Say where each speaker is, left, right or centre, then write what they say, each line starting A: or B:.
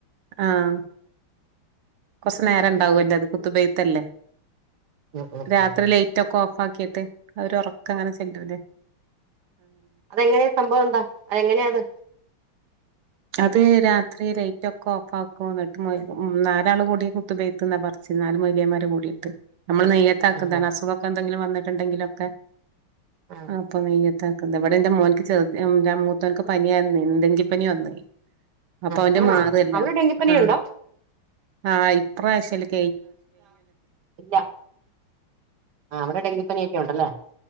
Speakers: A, on the right; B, on the right.
A: ആഹ് കൊർച്ച് നേരണ്ടാവു
B: ഉം ഉം ഉം
A: അല്ലാേ അത് കുത്ത്ബിയ്ത്തെല്ലേ
B: ഉം ഉം
A: രാത്രി
B: ഉം
A: ലെയ്റ്റൊക്കാെ <unintelligible> അവര് ഒറ <unintelligible>
B: അതെങ്ങനെയ, സംഭവം എന്താ? അതെങ്ങനെയാ അത്?
A: അത് രാത്രി ലൈറ്റ് ഒക്കെ ഓഫ് ആക്കും എന്നിട്ട് മൊയ്‌ നാലാള് കൂടി കുത്തു പെയ്ത്ത്ന്നാ പറച്ചില് നാല് മൊലിയന്മാര് കൂടിയിട്ട്. നമ്മള് നിയത്ത് ആക്കുന്നതാണ്
B: ആ ആ
A: അസുഗൊക്ക <unintelligible> വന്നിട്ടുണ്ടെങ്കിലൊക്കെ
B: ആ
A: ആഹ് അപ്പൊ <unintelligible> <unintelligible> ഇവിടെ എന്റെ മോനിക്ക് ചെറു, മൂത്തവന്ക്ക് പനിയായിരുന്നേ. ഡെങ്കി പനി വന്നു. അപ്പോ
B: ആ
A: അവന്റെ
B: ആണോ
A: മാതല്ല
B: അവിടെ ഡെങ്കിപ്പനി
A: ആ
B: ഉണ്ടോ
A: ആ ഇപ് <unintelligible>
B: ഇല്ല ആ അവിടെ ഡെങ്കിപ്പനി ഒക്കെ ഉണ്ടല്ലേ